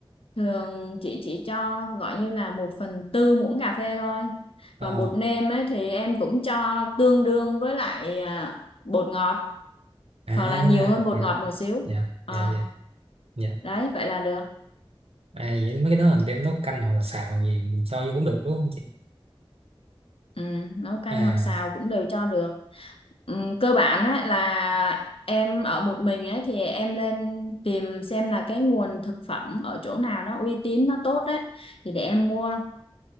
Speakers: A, on the left; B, on the right.
A: thường chị chỉ cho gọi như là một phần tư muỗng cà phê thôi
B: Ờ,
A: còn bột nêm ấy thì em cũng cho tương đương với lại à, bột ngọt
B: à
A: hoặc là nhiều hơn bột
B: dạ
A: ngọt một xíu
B: dạ
A: Ờ,
B: dạ dạ
A: đấy vậy là được
B: à vậy mấy cái đó mình đem nấu canh hoặc là xào gì mình cho vô cũng được đúng không chị
A: ừ, nấu canh
B: à,
A: hoặc xào cũng đều cho được ừ, cơ bản ấy là em ở một mình ấy thì em lên tìm xem là cái nguồn thực phẩm ở chỗ nào nó uy tín nó tốt ấy thì để em mua